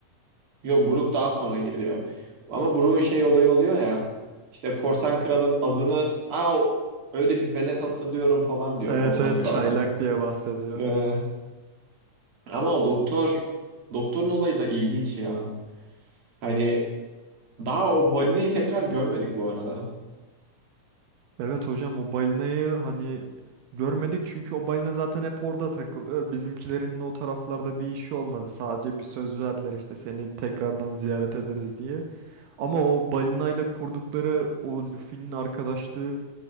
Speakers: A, on the right; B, on the right.
A: Yok Buruk daha sonra geliyor. Ama Buruk'un şey olayı oluyor ya. İşte Korsan Kral'ın adını Aa, öyle bir velet hatırlıyorum falan diyor
B: Evet
A: Korsan
B: evet
A: Kralı'na.
B: çaylak diye bahsediyor.
A: Ee, ama o doktor doktorun olayı da ilginç ya. Hani Daha o balinayı tekrar görmedik bu arada.
B: Evet hocam o balinayı hani görmedik çünkü o balina zaten hep orada takılıyor. Bizimkilerin o taraflarda bir işi olmadı. Sadece bir söz verdiler işte seni tekrardan ziyaret ederiz diye. Ama o balinayla kurdukları o Luffy'nin arkadaşlığı